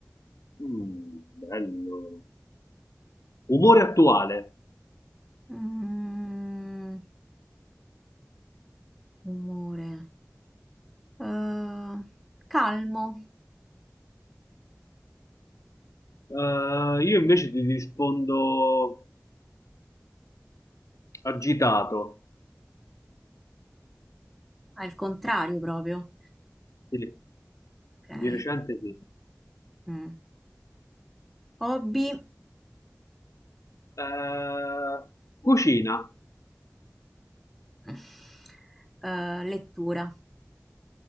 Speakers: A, on the left; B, in the centre.
A: Mm, bello. Umore attuale.
B: Mm, umore. Eh, calmo,
A: Eh, io invece ti rispondo agitato.
B: al contrario proprio.
A: Sì,
B: Ok.
A: di recente sì.
B: Mm. Hobby.
A: Eh, cucina,
B: <laughs> Eh, lettura.